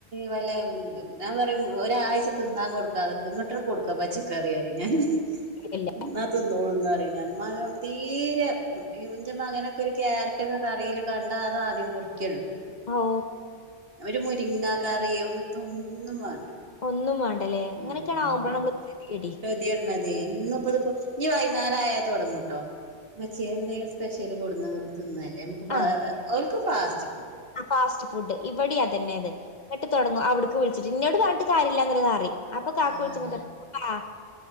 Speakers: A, on the right; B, on the left.
A: വല്ല ഞാൻ പറയും ഒരാഴ്ച തിന്താൻ കൊടുക <unintelligible> ഇങ്ങട്ട കൊടുക്ക ക്കെ പച്ചക്കറി അറി ഞാൻ
B: ഇല്ല
A: എന്നാ <unintelligible> ുന്നോളന്ന്റി ഞാൻ <unintelligible> മകം തീരെ ഞ്ച മകനൊക്കെ ഒരു ക്യാരറ്റ്ൊക്കെ കറിൽ കണ്ടാ അത ആദ്യം പറിക്കേള്ളൂ
B: ഓ
A: അവര് മുരിങ്ങ കറിയും അതോനൊന്നും വേണ്ട
B: ഒന്നും വേണ്ടല്ലേ
A: ഉ
B: അങ്ങനെയൊക്കെയാണ് ആവുമ്പോഴാണ് നമ്മള് ഗതികേട്
A: കതിറിഞ്ഞത ഇപ്പതിപ്പോ <unintelligible> ഇനി വൈകുന്നേരം തുടങ്ങും ടോ ഇമ്മച്ചിയെ എന്തെങ്കിലും സ്പെഷ്യല് കൊടു തിന്നല്ലേ നമുക്ക്
B: ആ
A: ഓൽക്ക് ഫാസ്റ്റ് ഫുഡ്
B: ഫാസ്റ്റ് ഫുഡ് ഇവടിം അതന്നെണ് എന്നിട്ട് അവിടത്തെ വിളിച്ചിട്ട് പറയും <unintelligible> കാക്കു
A: ആഹ്
B: വിളിക്കുമ്പോ പറയും പ